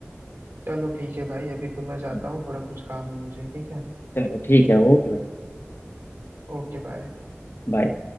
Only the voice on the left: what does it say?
हाँ
चलो ठीक है ओके भाई
बाय